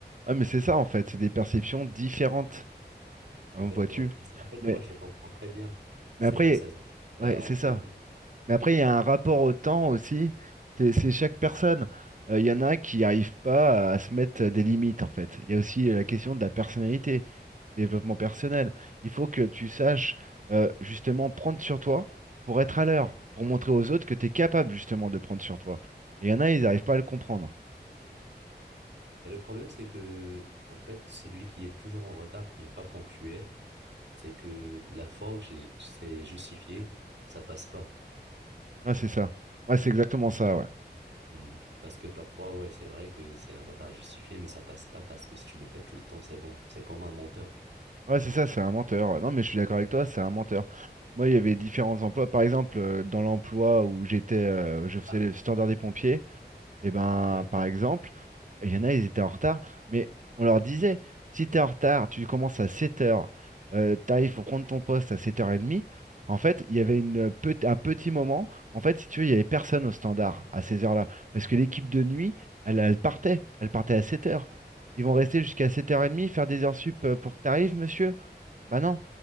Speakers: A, on the right; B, on the right.
A: Ouais, mais c'est ça en fait, c'est des perceptions différentes, hein,
B: Exactement.
A: vois-tu.
B: En fait,
A: Mais,
B: moi, je le comprends très bien.
A: mais
B: seize
A: après,
B: heures
A: il y
B: 16h, c'est
A: a- ouais,
B: entre
A: c'est ça.
B: les deux.
A: Mais après, il y a un rapport au temps aussi. C'est c'est chaque personne. Euh, Il y en a qui n'arrivent pas à se mettre des limites en fait. Il y a aussi la question de la personnalité, du développement personnel. Il faut que tu saches euh, justement prendre sur toi pour être à l'heure, pour montrer aux autres que tu es capable justement de prendre sur toi. Et il y en a, ils n'arrivent pas à le comprendre.
B: Et le problème, c'est que, en fait, celui qui est toujours en retard, qui est pas ponctuel, c'est que la fois où c'est c'est justifié, ça passe pas.
A: Ah, c'est ça. Ouais, c'est exactement ça, ouais.
B: Hmm. Parce que parfois, ouais, c'est vrai que c'est un retard justifié, mais ça passe pas parce que si tu le fais tout le temps, c'est bon. C'est comme un menteur.
A: Ouais, c'est ça, c'est un menteur. Non, mais je suis d'accord avec toi, c'est un menteur. Moi, il y avait différents emplois. Par exemple, euh, dans l'emploi où j'étais, euh, je faisais
B: Ah.
A: le standard des pompiers, et ben,
B: Ouais,
A: par exemple, il y en a, ils étaient en retard, mais on leur disait, si t'es en retard, tu commences à sept heures euh, t'arrives pour prendre ton poste à 7h30. En fait, il y avait une, pe- un petit moment, en fait, si tu veux, il y avait personne au standard à ces heures-là, parce que l'équipe de nuit, elle, elle partait, elle partait à sept heures Ils vont rester jusqu'à 7h30, faire des heures sup euh, pour que t'arrives, monsieur. Bah non.